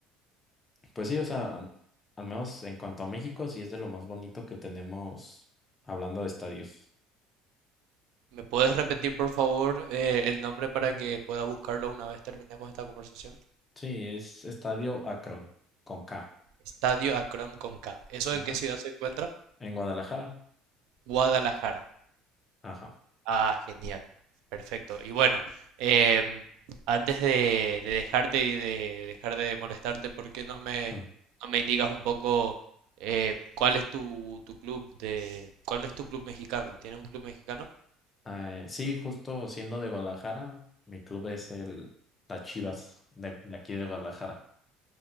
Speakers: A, on the left (about 15°); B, on the right (about 75°).
A: pues sí, o sea, al al menos en cuanto a México, sí es de lo más bonito que tenemos hablando de estadios.
B: ¿Me puedes repetir, por favor, eh, el nombre para que pueda buscarlo una vez terminemos esta conversación?
A: Sí, es Estadio Akron, con K.
B: Estadio Akron con K. ¿Eso
A: Ajá.
B: en qué ciudad se encuentra?
A: En Guadalajara.
B: Guadalajara.
A: Ajá.
B: Ah, genial. Perfecto. Y bueno, em, antes de, de dejarte y de dejar de molestarte, ¿por qué no me,
A: <laughs>
B: no me indicas un poco eh, cuál es tu, tu club de, cuál es tu club mexicano? ¿Tienes un club mexicano?
A: Eh, sí, justo siendo de Guadalajara, mi club es el las Chivas, de, de aquí de Guadalajara.